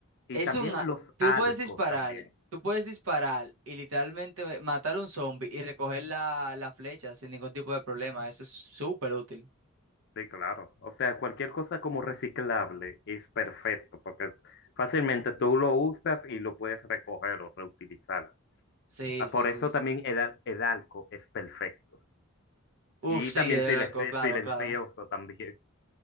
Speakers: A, on the left; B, on the right.
A: Y
B: es
A: también
B: una,
A: los
B: tú
A: arcos
B: puedes disparar,
A: también.
B: tú puedes disparar y literalmente matar a un zombie y recoger la, la flecha sin ningún tipo de problema. Eso es súper útil.
A: Sí, claro. O sea, cualquier cosa como reciclable es perfecto porque fácilmente tú lo usas y lo puedes recoger o reutilizar.
B: Sí,
A: Ah,
B: sí,
A: Por
B: sí,
A: eso
B: sí.
A: también el, al- el alco es perfecto.
B: Uf,
A: Y
B: sí,
A: también
B: el
A: silenci-
B: arco, claro,
A: silencioso
B: claro.
A: también.